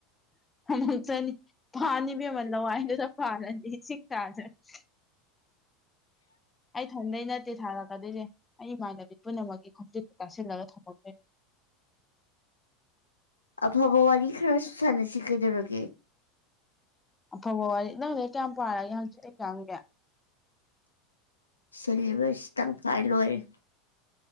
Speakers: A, on the left; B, on the left.
A: <unintelligible> ꯑꯩ ꯊꯟꯗꯩ ꯅꯠꯇꯦ ꯊꯥꯔꯛ ꯑꯗꯨꯏꯅꯦ ꯑꯩ ꯏꯃꯥꯟꯅꯕꯤ ꯄꯨꯝꯅꯃꯛꯀꯤ ꯈꯣꯝꯖꯤꯟ ꯇꯥꯁꯤꯜꯂꯒ ꯊꯣꯝꯃꯛꯇꯦ
B: ꯑꯐꯕ ꯋꯥꯔꯤ ꯈꯔꯁꯨ ꯁꯥꯟꯅꯁꯤ ꯀꯩꯗꯧꯔꯒꯦ
A: ꯑꯐꯕ ꯋꯥꯔꯤ ꯅꯪꯗꯤ ꯀꯌꯥꯝ ꯄꯥꯔꯒꯦ ꯍꯪꯆꯤꯠ ꯑꯦꯛꯖꯥꯝꯒꯤ
B: ꯁꯦꯂꯦꯕꯁ ꯇꯪꯈꯥꯏ ꯂꯣꯏꯔꯦ